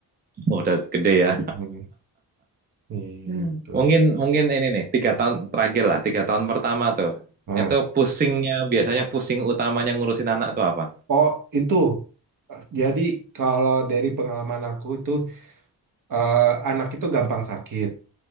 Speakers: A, on the right; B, on the right.
A: Oh, udah gede ya.
B: Hmm, itu
A: Hmm. Mungkin mungkin ini nih, tiga tahun terakhir lah, tiga tahun pertama tuh.
B: nah
A: Itu pusingnya, biasanya pusing utamanya ngurusin anak tuh apa?
B: oh itu jadi kalau dari pengalaman aku itu eh, anak itu gampang sakit